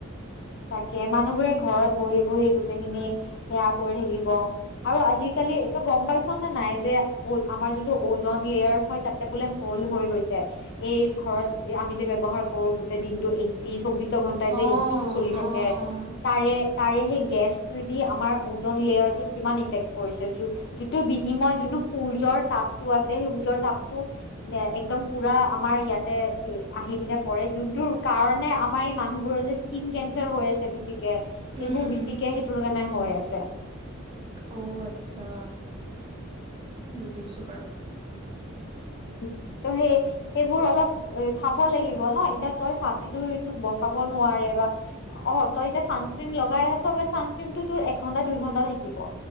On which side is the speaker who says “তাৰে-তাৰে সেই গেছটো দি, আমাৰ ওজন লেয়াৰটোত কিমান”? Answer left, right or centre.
Left